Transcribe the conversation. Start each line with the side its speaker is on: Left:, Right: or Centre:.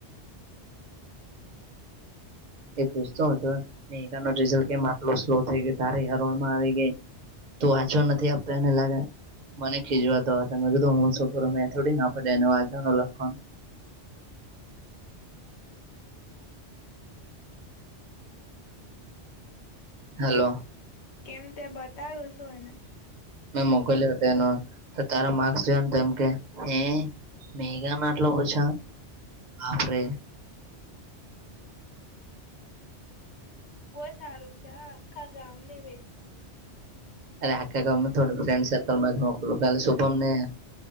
Right: એ પૂછતો હતો મે ન રિઝલ્ટ કેમ આટલો સ્લો થઈ ગયો તારી હરોળમાં આવી ગઈ તું વાંચવા નથી આપને એને લાગે મને ખીચવાતો હતા મેં કીધું હું શું કરુ મેં થોડી ના <unintelligible> અલણ હલો
Left: કેમ તે બતાવું છું એને
Right: મેં મોકલ્યો હતો એનું તો તારા માર્ક્સ જોયા ત એમ કે એ મેકા લો ઓછા આપરે
Left: બહુ સારું ચા આખા ગામની વે
Right: અરે આખેમ ને થોડું ફ્રેન્ડ સર્કલમાં જ મોકલ કાલે શુભમ ને